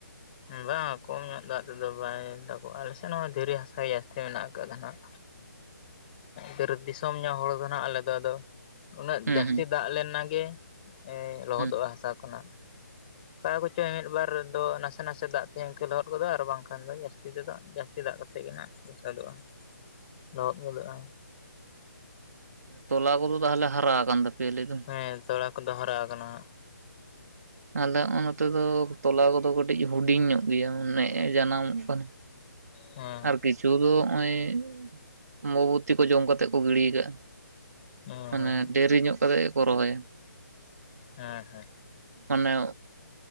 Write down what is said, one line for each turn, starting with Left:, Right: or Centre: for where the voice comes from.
Left: ᱵᱟᱝ ᱠᱚᱢ ᱧᱚᱜ ᱫᱟᱜ ᱛᱮᱫᱚ ᱵᱟᱭ ᱫᱟᱜᱚᱜᱼᱟ ᱟᱞᱮᱥᱮᱫ ᱦᱚᱸ ᱫᱷᱤᱨᱤ ᱦᱟᱥᱟ ᱜᱮ ᱡᱟᱹᱥᱛᱤ ᱢᱮᱱᱟᱜ ᱟᱠᱟᱫᱟ ᱱᱟᱟᱜ ᱫᱷᱟᱹᱨ ᱫᱤᱥᱚᱢ ᱧᱚᱜ ᱦᱚᱲ ᱫᱚ ᱱᱟᱜ ᱟᱞᱮ ᱫᱚ ᱟᱫᱚ ᱩᱱᱟᱹᱜ
Right: ᱦᱩᱸ
Left: ᱡᱟᱹᱥᱛᱤ
Right: ᱦᱩᱸ
Left: ᱫᱟᱜ ᱞᱮᱱᱟ ᱜᱮ ᱞᱚᱦᱚᱫᱚᱜᱼᱟ
Right: ᱦᱩᱸ
Left: ᱦᱟᱥᱟ ᱠᱷᱚᱱᱟᱜ ᱚᱠᱟ ᱠᱚᱪᱚᱭ ᱢᱤᱫ ᱵᱟᱨ ᱫᱚ ᱱᱟᱥᱮ ᱱᱟᱥᱮ ᱫᱟᱜ ᱛᱮ ᱤᱱᱠᱟᱹ ᱞᱚᱦᱚᱫ ᱜᱚᱫᱚᱜ ᱟᱨ ᱵᱟᱝᱠᱷᱟᱱ ᱫᱚ ᱡᱟᱹᱥᱛᱤ ᱛᱮᱫᱚ ᱡᱟᱹ ᱪᱮᱫᱟᱜ ᱠᱚᱛᱮ ᱜᱤᱦᱟᱜ ᱞᱚᱥᱚᱫᱚᱜᱼᱟ ᱞᱚᱦᱚᱫ ᱜᱚᱫᱚᱜᱼᱟ
Right: ᱛᱚᱞᱟ ᱠᱚᱫᱚ ᱛᱟᱦᱚᱞᱮ ᱦᱟᱨᱟ ᱠᱟᱱᱟᱱ ᱛᱟᱯᱮᱭᱟᱞᱟᱹᱭ ᱭᱤᱫᱟᱢ
Left: ᱦᱮᱸ ᱛᱚᱲᱟ ᱠᱚᱫᱚ ᱦᱟᱨᱟ ᱟᱠᱟᱱᱟ
Right: ᱟᱞᱮ ᱦᱚᱸᱜ ᱱᱚᱛᱮ ᱫᱚ ᱛᱚᱞᱟ ᱠᱚᱫᱚ ᱠᱟᱹᱴᱤᱡ ᱦᱩᱰᱤᱧ ᱧᱚᱜ ᱜᱮᱭᱟ ᱡᱟᱱᱟᱢᱚᱜ ᱠᱟᱱᱟ
Left: ᱦᱮᱸ
Right: ᱟᱨ ᱠᱤᱪᱷᱩ ᱫᱚ ᱦᱚᱭᱚᱭ ᱢᱳᱵᱚᱛᱤ ᱠᱚ ᱡᱚᱢᱠᱟᱛᱮ ᱠᱚ ᱜᱤᱲᱤ ᱟᱠᱟᱭᱟ᱾
Left: ᱦᱮᱸ
Right: ᱢᱟᱱᱮ
Left: ᱦᱮᱸ
Right: ᱫᱮᱨᱤ ᱧᱚᱜ ᱠᱟᱛᱮᱜ ᱜᱮᱠᱚ ᱨᱚᱦᱚᱭᱟ᱾
Left: ᱦᱮᱸ ᱦᱮᱸ᱾
Right: ᱢᱟᱱᱮ᱾